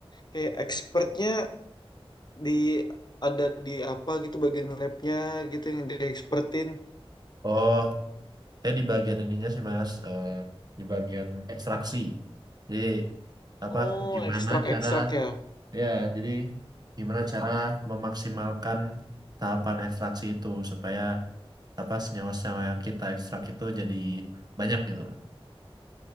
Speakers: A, on the left; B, on the right.
A: Kayak expertnya di ada di apa gitu bagian labnya gitu yang di expertin.
B: Oh, saya di bagian ininya sih Mas, eh, di bagian ekstraksi. Jadi apa?
A: Oh,
B: Gimana
A: ekstrak-ekstrak
B: cara?
A: ya.
B: Ya, jadi gimana cara memaksimalkan tahapan ekstraksi itu supaya apa senyawa-senyawa yang kita ekstrak itu jadi banyak gitu lah.